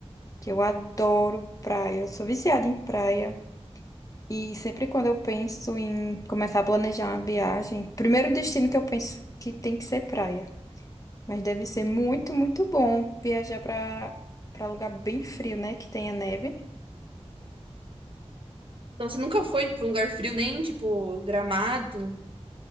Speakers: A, on the left; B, on the right.
A: que eu adoro praia. Eu sou viciada em praia. E sempre quando eu penso em começar a planejar uma viagem, primeiro destino que eu penso que tem que ser praia. Mas deve ser muito, muito bom viajar para para lugar bem frio, né? Que tenha neve.
B: Então, você nunca foi pra um lugar frio, nem tipo Gramado?